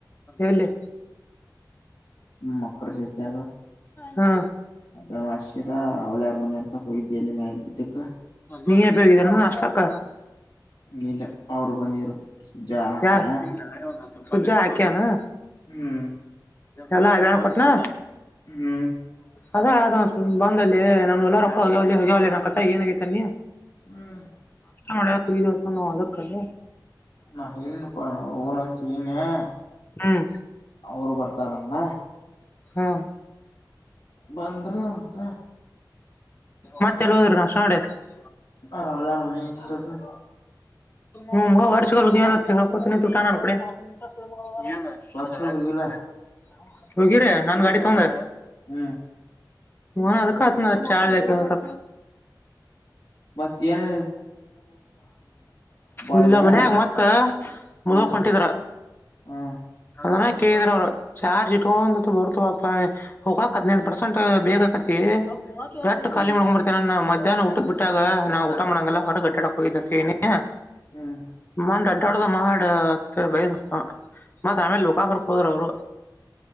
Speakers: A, on the left (about 30°); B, on the left (about 75°).
A: ಎಲ್ಲಿು
B: ಮಕ್ಕರ ಜೊತಾಗ
A: ಹಾ
B: ಅ ಮಾಡಸರ ರಾವಲ ಯರ ಮನೆ ಅಂತ ಒಯ್ದಲ್ಲಿ ಮೇಲೆಕ್ಕಿಟ್ಟಕ್ಕ
A: ನೀ ಹೆ ಬೋಗ <unintelligible> ನಷ್ಟ ಅಕ್ಕ
B: ನೀ ಇಲ್ಲ ಅವರು ಬಂದಿದ್ರು ಸುಜ್ಜಾ ಹಾಕ್ಯ
A: ಯಾರ ಸುಜಾ ಹಾಕ್ಯನಾ
B: ಹ್ಮ್
A: ಎಲ್ಲ ನ್ ಕೊಟ್ನಾ
B: ಹ್ಮ್
A: ಅದ ಅದ ಬಂಗಲ್ಲಿ ನಾನ ಎಲ್ಲ ರೊಕ್ಕ ಹೋಗ ಹೋಗ ನ ಕಥ ಏನಗೈತನ್ನಿ
B: ಹ್ಮ್
A: ಮ ಕುಡ ತ ಆ ರಕ್ಕ <unintelligible>
B: ನ ಹೇಳ ಪ <unintelligible> ೀನ <unintelligible>
A: ಹ್ಮ್
B: ಅವರು ಬರ್ತಾರಂದ
A: ಹಾ
B: ಬಂದ್ರ ಅಂತ
A: ಮತ್ತೆಲ್ಲ ಹೋದ್ರು ನಾಶ ನಡೆ <unintelligible>
B: ಹ ರಾವಲಾರ ಮತ <unintelligible>
A: ಹ್ಮ ವರ್ಷಗಲ್ ಏನ ಕೊತರು ಕಾಣನ್ ಕಡೆ <unintelligible>
B: ಪರ್ಸಗಳು ಇಲ್ಲ
A: ಹೋಗಿರ ನನ್ ಗಾಡಿ ತಗೊಂಡೆ
B: ಹ್ಮ್
A: ಒದ ಕತನ ಚಾರ <unintelligible>
B: ಮತ್ತ ಏನ್
A: ಇಲ್ಲ
B: ಅನ್ಯ
A: ಮನ್ಯಾಗ ಮತ್ತ ಮದುವೆ
B: ಹ್ಮ್
A: ಕುಂಟಿದ್ರ <unintelligible>
B: ಹ್ಮ್
A: ಅದಾನ ಕೇಳಿದ್ರ ಅವರು ಚಾರ್ಜ್ ಇಟ್ ಒಂದು ಬರ್ತವಪ ಹೋಗಾಕ್ ಹದಿನೈದು ಪರ್ಸೆಂಟ್ ಬೇಕ ಹ <unintelligible> ಎಷ್ಟ
B: ಹ್ಮ್
A: ಖಾಲಿ ಮಾಡಕೊಂಡ್ ಬರ್ತೇ ನ ಮಧ್ಯನ ಊಟ ಬಿಟ್ಟಾಗ ನಾವುಊಟ ಮಾಡಡಂಗಲ್ಲ ಹೊರ ಗಡ್ಡ ಹೋಗಿದತವಿ ಹ
B: ಹ್ಮ್
A: ಮಂಡ ಅಡ್ಡಡದ ಮಾಡಡ ಬ <unintelligible> ಮತ್ ಆಮೇಲೆ ಲೋಕಕ್ಕೆ ಹೋದ್ರು ಅವರು